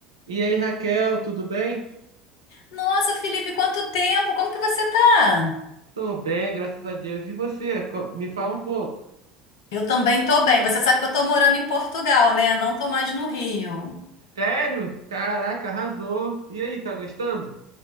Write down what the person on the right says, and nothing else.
E aí, Raquel, tudo bem?
Tô bem, graças a Deus. E você? Co- Me fala um pouco.
Sério? Caraca, arrasou. E aí, tá gostando?